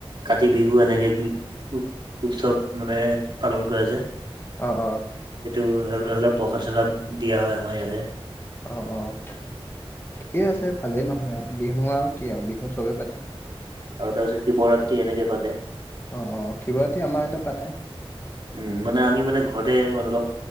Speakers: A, on the right; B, on the left.
A: কাতি বিহু এনেকে বি-উ-উৎসৱ মানে পালন কৰা যায়।
B: অ' অ'।
A: সেইটো এইবিলাক-এইবিলাক পৰসাদ-চৰসাদ দিয়া হয় আমাৰ ইয়াতে।
B: অ' অ', ঠিকেই আছে, ভালেই নহ'লে আৰু, বিহু আৰু কি আৰু বিহু চবেই পাতে।
A: আৰু তাৰপিছত শিৱৰাত্ৰি এনেকে পাতে।
B: অ' অ', শিৱৰাত্ৰী আমাৰ ইয়াতো পাতে।
A: উম, মানে আমি মানে ঘৰতে মানে অলপ